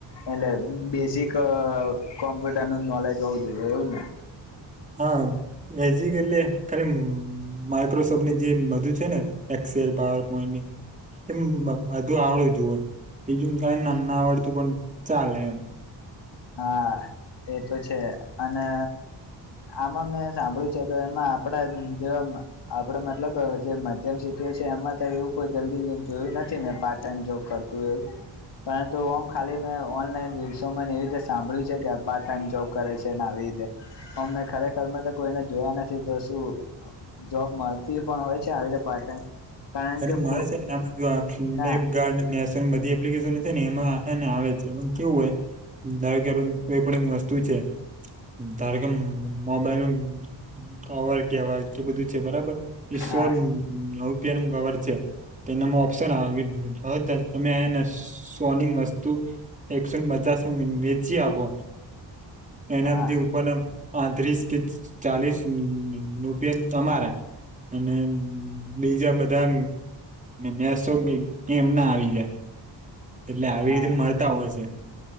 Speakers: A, on the left; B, on the right.
A: એટલે બેઝિક કોમ્પ્યુટરનું નોલેજ હોવું જોઈએ એવું ને
B: હા બેઝિક એટલે ખાલી માઈક્રોસોફ્ટની જે બધુ છે ને એકસેલ પાવર પોઈન્ટની એમ બધુ આવડે જુએ બીજું કાંઈ ના ના આવડતું પણ ચાલે એમ
A: હા એ તો છે અને આમાં મેં સાંભળ્યું છે તો એમાં આપણા જેવા આપણે મતલબ જે મધ્યમ સીટી છે એમાં તો એવું કોઈ જલ્દી જોયું નથી મેં પાર્ટ ટાઈમ જોબ કરતું હોય એવું પરંતુ આમ ખાલી મેં ઓનલાઈન રીલસોમાં ને એવી રીતે સાંભળ્યું છે કે પાર્ટ ટાઈમ જોબ કરે છે ને આવી રીતે પણ મેં ખરેખરમાં તો કોઈને જોયા નથી શું જોબ મળતી પણ હોય છે આવી રીતે પાર્ટ ટાઈમ કારણ
B: અરે
A: કે
B: મળે
A: ફો
B: છે એનામાં જો આ ફિલ્પગાર્ડ
A: ના
B: ને એમ બધી એપ્લિકેશનો છે ને એમાં ને આવે છે એમાં કેવું હોય આવ કે આપડે કોઈ પણ એ વસ્તુ છે ધારો કે મોબાઈલ નું કવર કેવાય કે બધું છે બરાબર એ સો
A: હા
B: રૂપિયાનું કવડ છે તેનામાં ઓપ્શન આવી તમે આને સોની વસ્તુ એકસોને પચા વેચી આપો એનામથી
A: હા
B: ઉપરના પાંત્રીસ કે ચાલીસ રૂપિયા તમારા અને બીજા બધા મેશો કે એમ ના આવી જાય એટલે આવી
A: હા
B: રીતે મળતા હોય છે